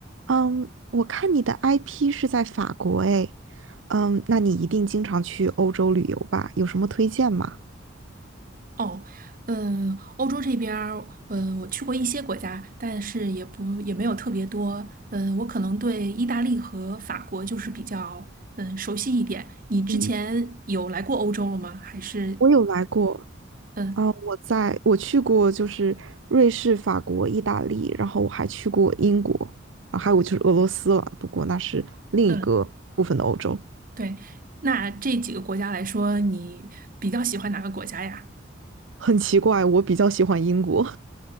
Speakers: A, on the right (about 75°); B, on the right (about 45°).
A: 嗯，我看你的 IP 是在法国诶，嗯，那你一定经常去欧洲旅游吧？有什么推荐吗？
B: 哦，嗯，欧洲这边儿，嗯，我去过一些国家，但是也不也没有特别多。嗯，我可能对意大利和法国就是比较嗯熟悉一点。你之前有来过欧洲了吗？
A: 嗯，
B: 还是
A: 我有来过，
B: 嗯
A: 啊、我在我去过就是瑞士、法国、意大利，然后我还去过英国，啊，还有就是俄罗斯了，不过那是另一个部分的欧洲。
B: 嗯，对。那这几个国家来说，你比较喜欢哪个国家呀？
A: 很奇怪，我比较喜欢英国，